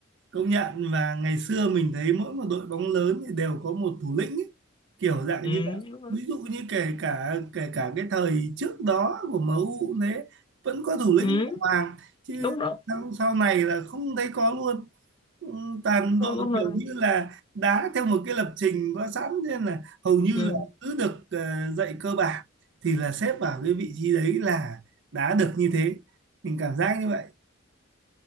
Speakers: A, on the right (about 60°); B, on the left (about 25°).
A: công nhận và ngày xưa mình thấy mỗi một đội bóng lớn thì đều có một thủ lĩnh ấy, kiểu dạng
B: ừ,
A: như vậy
B: đúng rồi.
A: ví dụ như kể cả kể cả cái thời trước đó của MU cũng thế vẫn có thủ
B: ừ,
A: lĩnh của Hoàng chứ
B: đúng đó
A: sau, sau này là không thấy có luôn Ừ, toàn
B: Ờ,
A: đội kiểu
B: đúng rồi
A: như là đá theo một cái lập trình có sẵn nên là hầu như
B: ừ.
A: là cứ được ờ, dạy cơ bản thì là xếp vào cái vị trí đấy là đá được như thế mình cảm giác như vậy